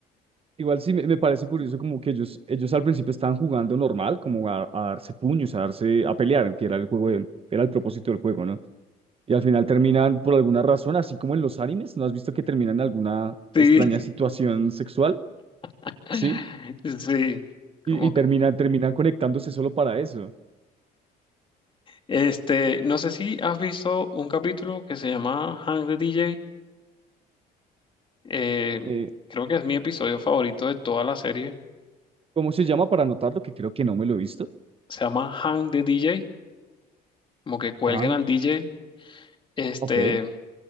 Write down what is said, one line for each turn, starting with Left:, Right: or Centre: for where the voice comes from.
Right: Igual sí me, me parece curioso como que ellos, ellos al principio estaban jugando normal, como a, a darse puños, a darse, a pelear, que era el juego de- era el propósito del juego, ¿no? Y al final terminan por alguna razón, así como en los animes, ¿no has visto que terminan en alguna
Left: sí,
Right: extraña situación sexual?
Left: <laughs>
Right: ¿Sí?
Left: sí, como
Right: Y, y terminan,
Left: que-
Right: terminan conectándose solo para eso.
Left: Este, no sé si has visto un capítulo que se llama Hang the DJ. eh,
Right: Eh,
Left: creo que es mi episodio favorito de toda la serie.
Right: ¿cómo se llama para anotarlo? Que creo que no me lo he visto.
Left: Se llama Hang the DJ, como que cuelguen
Right: Ah,
Left: al DJ. Este,
Right: ok,